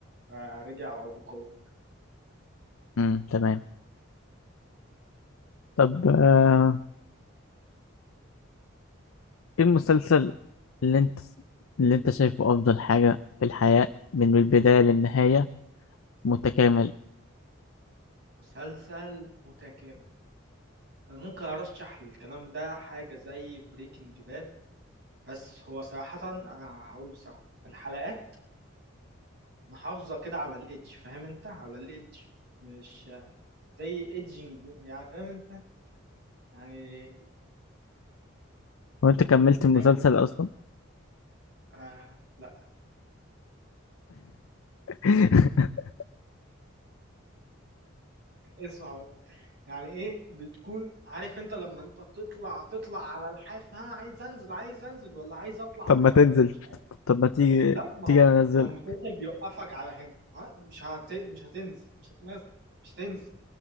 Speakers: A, on the right; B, on the left.
A: فرجع بقوة
B: امم تمام طب آه، ايه المسلسل اللي انت اللي انت شايفه افضل حاجة في الحياة من البداية للنهاية متكامل
A: مسلسل متكامل أنا ممكن أرشح الكلام ده حاجة زي بريكنج باد بس هو صراحة آه، هقول بصراحة الحلقات محافظة كده على الإيدج فاهم أنت على الإيدج مش آه، زي إيدجينج يعني فاهم أنت يعني
B: وانت كملت المسلسل
A: يعني
B: اصلا
A: آه لا
B: <laughs>
A: اسمع بس يعني إيه بتكون عارف أنت لما أنت تطلع تطلع على الحاف ها عايز أنزل عايز أنزل ولا عايز أطلع
B: طب
A: أكتر
B: ما تنزل
A: ولا مش عارف
B: طب ما تيجي
A: بس لا ما
B: تيجي
A: هو
B: انزل
A: ما هو المسلسل بيوقفك على هنا ها مش هت... مش هتنزل مش هتنزل مش هتنزل